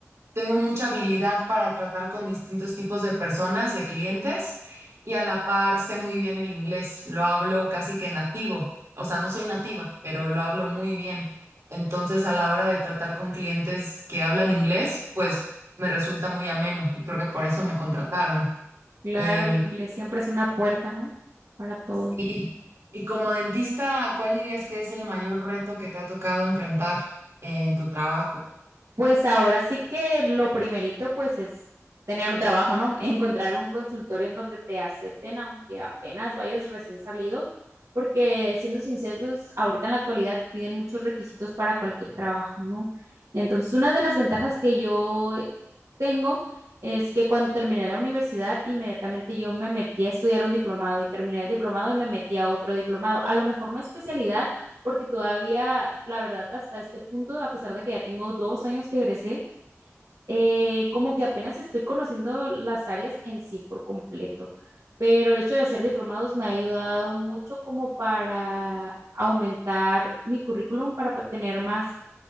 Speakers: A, on the right; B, on the right.
A: tengo mucha habilidad para tratar con distintos tipos de personas, de clientes, y a la par sé muy bien el inglés, lo hablo casi que nativo, o sea, no soy nativa, pero lo hablo muy bien. Entonces, a la hora de tratar con clientes que hablan inglés, pues me resulta muy ameno y creo que por eso me contrataron.
B: Claro,
A: Em,
B: el inglés siempre es una puerta, ¿no? Para todo.
A: sí. Y como dentista, ¿cuál dirías que es el mayor reto que te ha tocado enfrentar en tu trabajo?
B: Pues ahora sí que lo primerito pues es tener un trabajo, ¿no? <laughs> Encontrar un consultorio en donde te acepten aunque apenas vayas recién salido, porque siendo sinceros, ahorita en la actualidad piden muchos requisitos para cualquier trabajo, ¿no? Entonces, una de las ventajas que yo tengo es que cuando terminé la universidad, inmediatamente yo me metí a estudiar un diplomado y terminé el diplomado y me metí a otro diplomado. A lo mejor no especialidad, porque todavía, la verdad, hasta este punto, a pesar de que ya tengo dos años que egresé, eh, como que apenas estoy conociendo las áreas en sí por completo, pero el hecho de hacer diplomados me ha ayudado mucho como para aumentar mi currículum, para pa- tener más